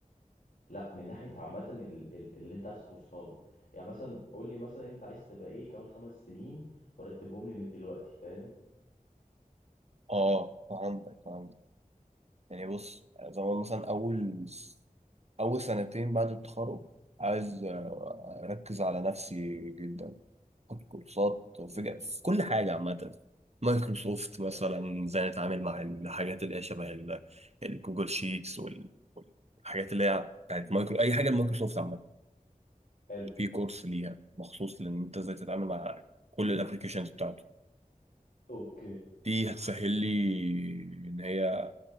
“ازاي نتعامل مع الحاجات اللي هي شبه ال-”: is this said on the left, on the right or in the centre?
Right